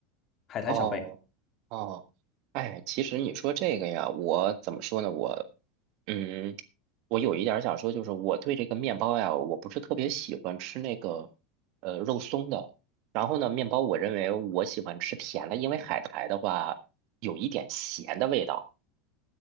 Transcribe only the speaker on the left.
海苔小贝，